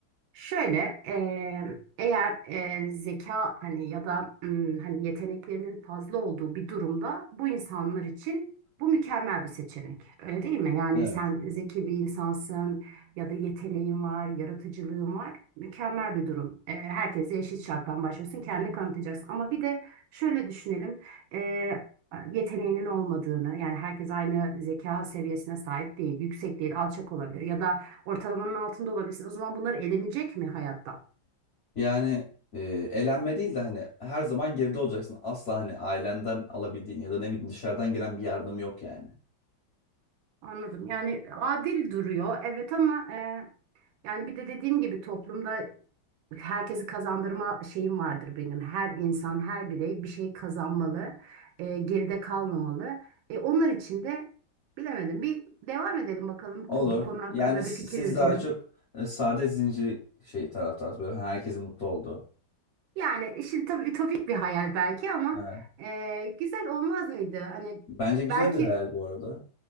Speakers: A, on the right; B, on the left.
A: Şöyle eee, eğer eee, zeka hani ya da ım, hani yeteneklerinin fazla olduğu bir durumda bu insanlar için bu mükemmel bir seçenek. Öyle değil mi? Yani
B: Evet.
A: sen zeki bir insansın ya da yeteneğin var, yaratıcılığın var. Mükemmel bir durum. Eee herkese eşit şarttan başlıyorsun, kendini kanıtlayacaksın. Ama bir de şöyle düşünelim. Eee, yeteneğinin olmadığını yani herkes aynı zeka seviyesine sahip değil, yüksek değil, alçak olabilir ya da Ortalamanın altında olabilirsin. O zaman bunlar elenecek mi hayattan?
B: Yani e, elenme değil de hani her zaman geride olacaksın. Asla hani ailenden alabildiğin ya da ne bileyim dışarıdan gelen bir yardım yok yani.
A: Anladım. Yani adil duruyor. Evet ama e, yani bir de dediğim gibi toplumda herkesi kazandırma şeyim vardır benim. Her insan, her birey bir şey kazanmalı. e, geride kalmamalı. E, onlar için de bilemedim. Bir devam edelim bakalım ku-
B: Olur.
A: bu konu hakkında
B: Yani si-
A: bir fikir
B: siz
A: yürütelim.
B: daha çok e, saadet zinciri şey taraftarsınız. Böyle herkesin mutlu olduğu.
A: Yani işin tabii ütopik bir hayal belki ama
B: Evet.
A: e, güzel olmaz mıydı? Hani
B: Bence güzel
A: belki
B: bir hayal bu arada.